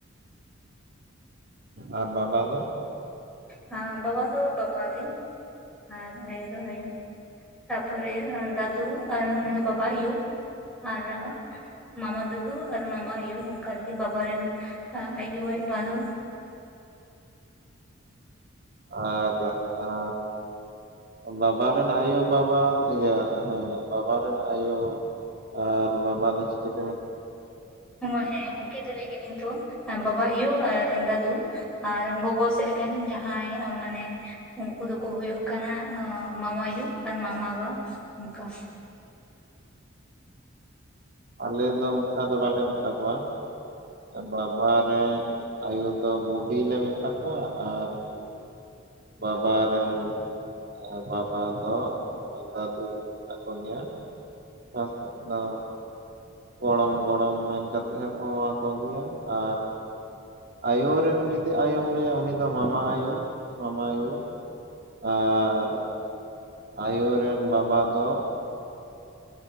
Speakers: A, on the right; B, in the centre.
A: ᱟᱨ ᱵᱟᱵᱟ ᱫᱚ
B: ᱦ ᱵᱟᱵᱟ ᱫᱚ ᱵᱟᱵᱟ ᱜᱮ ᱟᱨ ᱟᱭᱳ ᱫᱚ ᱟᱭᱳ ᱛᱟᱨᱯᱚᱨᱮ ᱫᱟᱫᱩ ᱟᱨ ᱩᱱᱤ ᱫᱚ ᱵᱟᱵᱟ ᱟᱭᱳ ᱟᱨ, ᱢᱟᱢᱟ ᱫᱟᱫᱩ ᱟᱨ ᱢᱟᱢᱟ ᱟᱭᱳ ᱚᱱᱠᱟᱨᱜᱮ ᱵᱟᱵᱟᱟᱨᱮᱱ ᱟᱭᱳ ᱟᱡ ᱵᱟ ᱫᱚ,
A: ᱟᱨ ᱟᱸ ᱵᱟᱵᱟ ᱨᱮᱱ ᱟᱭᱳᱵᱟᱵᱟ ᱤᱭᱟᱹ ᱦᱮᱸ ᱵᱟᱵᱟᱨᱮᱱ ᱟᱭᱳ, ᱟᱨ ᱵᱟᱵᱟ ᱫᱚ ᱪᱮᱞᱤ ᱯᱮ ᱢᱮᱛᱼᱼ
B: ᱚ ᱦᱮᱸ ᱩᱱᱚᱱᱠᱤᱱ ᱫᱚ ᱞᱟᱹᱭ ᱠᱤᱧ ᱛᱚ ᱵᱟᱵᱟ ᱟᱭᱳ ᱟᱨ ᱫᱟᱫᱩ, ᱟᱨ ᱜᱚᱜᱚ ᱥᱮᱫ ᱨᱮᱱ ᱡᱟᱦᱟᱸᱭ ᱢᱟᱱᱮ ᱩᱱᱠᱩ ᱫᱚᱠᱚ ᱦᱩᱭᱩᱜ ᱠᱟᱱᱟ ᱢᱟᱢᱟ ᱭᱳ ᱟᱨ ᱢᱟᱢᱟ ᱵᱟ ᱚᱱᱠᱟ᱾
A: ᱟᱞᱮ ᱫᱚ ᱚᱱᱠᱟ ᱫᱚ ᱵᱟᱞᱮ ᱢᱮᱛᱟ ᱠᱚᱣᱟ᱾ ᱵᱟᱵᱟ ᱨᱮᱱ ᱟᱭᱳ ᱫᱚ ᱵᱩᱰᱤ ᱞᱮ ᱢᱮᱛᱟ ᱠᱚᱣᱟ ᱟᱨᱼᱼ ᱵᱟᱵᱟ ᱨᱮᱱ ᱟᱨ ᱵᱟᱵᱟ ᱫᱚ ᱫᱟᱫᱩ ᱞᱮ ᱢᱮᱛᱟ ᱠᱚ ᱜᱮᱭᱟ᱾ ᱠᱟ ᱥᱮᱫ ᱫᱚ ᱜᱚᱲᱚᱢ ᱜᱚᱲᱚᱢ ᱢᱮᱱ ᱠᱟᱛᱮᱫ ᱦᱚᱠᱚ ᱦᱚᱦᱚ ᱟᱠᱚ ᱜᱮᱭᱟ ᱟᱨ ᱟᱭᱳ ᱨᱮᱱ ᱡᱩᱫᱤ ᱟᱭᱳᱢ ᱞᱟᱹᱭᱟ ᱩᱱᱤ ᱫᱚ ᱢᱟᱢᱟ ᱟᱭᱳ ᱢᱟᱢᱟ ᱭᱳ ᱟᱨ ᱟᱭᱳ ᱨᱮᱱ ᱵᱟᱵᱟ ᱫᱚ